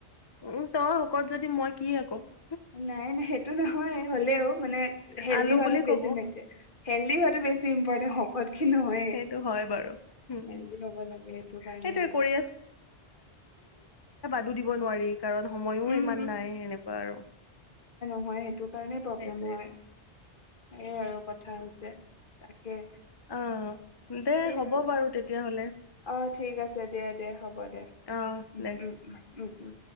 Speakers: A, on the left (about 30°); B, on the left (about 50°).
A: উ তই শকত যদি মই কি আক। <inaudible> <unintelligible>
B: নাই নাই সেইটো নহয়? হ'লেও। মানে হেল্ডি
A: আলু
B: হোৱাটো
A: বুলি কব
B: বেছি মেনটাইন হেল্ডি হোৱাটো বেছি ইম্পৰ্টেনট শকতক ক্ষিন নহয়
A: সেইটো হয় বাৰু উম
B: হেলডি
A: উম
B: হব লাগে সেইটো কাৰণে
A: সেইটোয়ে
B: আৰু?
A: কৰি দি দিব নোৱাৰি? কাৰণ সময়োও
B: উম
A: ইমান নাই সেনেকুৱা আৰু।
B: মই। সটো কাৰণেই প্ৰব্লেম
A: সেইটোয়ে
B: হয় হেই আৰু কথা হৈছে? তাকে?
A: অ দে
B: সেই
A: হ'ব
B: আৰু
A: বাৰু তেতিয়াহলে
B: অ ঠিক আছে দিয়া দে হ'ব দে
A: অ
B: উম
A: দে
B: উম উম উম উম